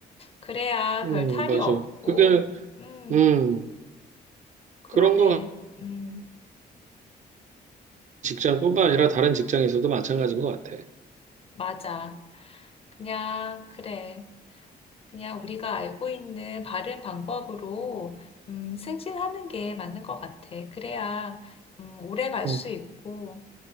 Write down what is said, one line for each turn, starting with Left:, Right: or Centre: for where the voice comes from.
Left: 그래야
Right: 음,
Left: 별 탈이
Right: 맞아.
Left: 없고,
Right: 그게,
Left: 음,
Right: 음,
Left: 그러네.
Right: 그런 거
Left: 음,
Right: 직장뿐만 아니라 다른 직장에서도 마찬가지인 것 같아.
Left: 맞아. 그냥, 그래. 그냥 우리가 알고 있는 바른 방법으로 음, 승진하는 게 맞는 것 같아. 그래야 음, 오래 갈
Right: 음,
Left: 수 있고